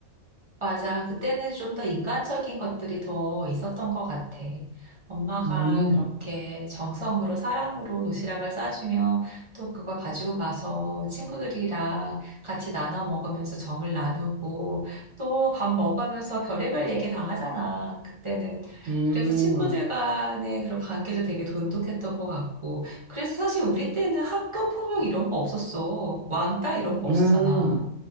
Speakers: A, on the right (about 35°); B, on the right (about 60°).
A: 맞아. 그때는 좀 더 인간적인 것들이 더 있었던 것 같아. 엄마가
B: 음,
A: 그렇게 정성으로 사랑으로 도시락을 싸주면 또 그걸 가지고 가서 친구들이랑 같이 나눠 먹으면서 정을 나누고 또 밥 먹으면서 별의별 얘기 다 하잖아. 그때는.
B: 음,
A: 그래서 친구들 간의 그런 관계도 되게 돈독했던 것 같고. 그래서 사실 우리 때는 학교 폭력 이런 거 없었어. 왕따 이런 거
B: 음,
A: 없었잖아.